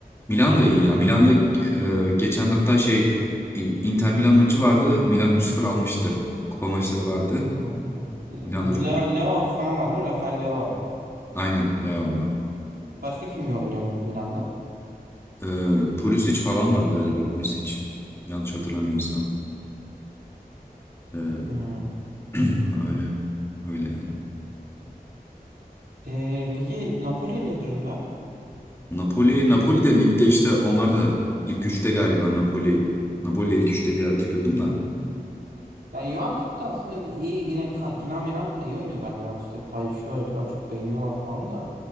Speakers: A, on the left (about 15°); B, on the right (about 80°).
A: Milan da iyi ya. Milan'da e, geçen hatta şey İ- Inter Milan maçı vardı. Milan 3-0 almıştı. Kupa maçları vardı.
B: Allah.
A: Milan da çok
B: Leo,
A: iyi.
B: Leo falan var değil mi? Rafael Leo var orada.
A: Aynen Leo var.
B: Başka kim oynuyor Milan'da?
A: E, Pulisic falan var galiba Pulisic. Yanlış hatırlamıyorsam. E,
B: Hmm.
A: <clears throat> öyle. Öyle yani.
B: Ee, peki Napoli ne durumda?
A: Napoli Napoli de ligde işte onlar da ilk üçte galiba Napoli. Napoli ilk üçte diye hatırlıyordum da.
B: Ya Juventus da aslında iyi yine Ka- Kenan Menan da iyi oynuyor galiba. Juventus hep paylaşıyor ediyor çok beğeniyorlar falan da.